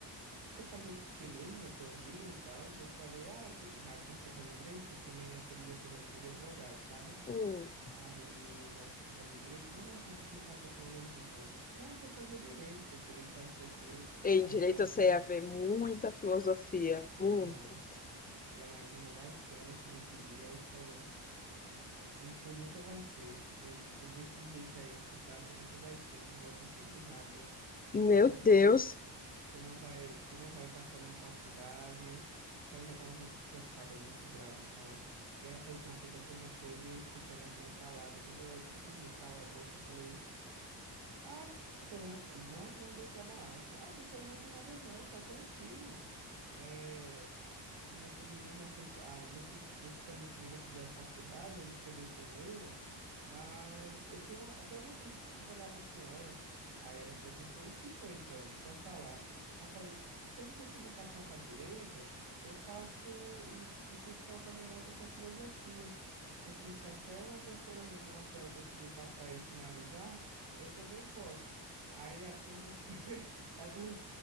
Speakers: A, on the right; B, on the left.
A: tu quer fazer o que mesmo na tua vida e tal? Eu falei, ah, eu que... na época eu queria fazer direito, porque minha família toda é de advogado, sabe?
B: Hum.
A: Aí, na época eu queria fazer direito, nem imaginava que ia pra tecnologia e tal. Eu disse, não, eu quero fazer direito, professor e tal, não sei o quê. E
B: Em
A: ela
B: direito
A: reclamando.
B: você ia ver muita filosofia,
A: Aham.
B: muita.
A: E ela reclamou bastante nesse dia, aí falou, "Hum, tu nunca vai ser, de... tu desse jeito aí que tu tá, tu nunca vai ser, tu não vai conseguir nada.
B: Meu
A: Tu não,
B: Deus.
A: tu não Tu não vai, tu não vai passar numa faculdade, porque ela já tava muito estressada, muito brava e tal. E ela falou isso na frente da turma toda e eu escutando aquilo calado. Quando ela simplesmente calou a boca, eu falei: Ah, professora, não, te- não, não deixei abalar. né? Eu falei: Ah, professora, não tem nada não, tá tranquilo. é minha família já fez, ah, muitos, muitos da minha família já fizeram faculdade, eu não seria o primeiro, mas eu tenho, eu tenho uma notícia para dar para a senhora. Aí ela foi e perguntou, o que foi então? Pode falar. Eu falei, se eu não conseguir passar para direito, eu faço e, e tento colocar minha nota para filosofia, porque se até uma professora ruim como a senhora conseguiu passar e finalizar, eu também posso. Aí a turma foi, <laughs> a turma